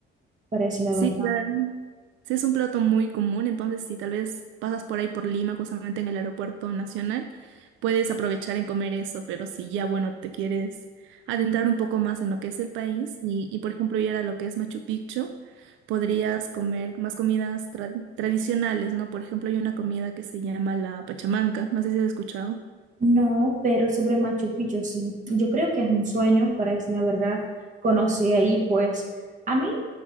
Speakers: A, on the right (about 40°); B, on the right (about 75°).
A: parece la
B: Sí,
A: verdad.
B: claro. Sí, es un plato muy común, entonces si tal vez pasas por ahí por Lima, justamente en el aeropuerto nacional, puedes aprovechar en comer eso, pero si ya, bueno, te quieres adentrar un poco más en lo que es el país y, y por ejemplo, ir a lo que es Machu Picchu, podrías comer más comidas tra- tradicionales, ¿no? Por ejemplo, hay una comida que se llama la pachamanca, no sé si has escuchado.
A: No, pero sobre Machu Picchu sí. Yo creo que es un sueño, para es la verdad, conocer ahí, pues a mí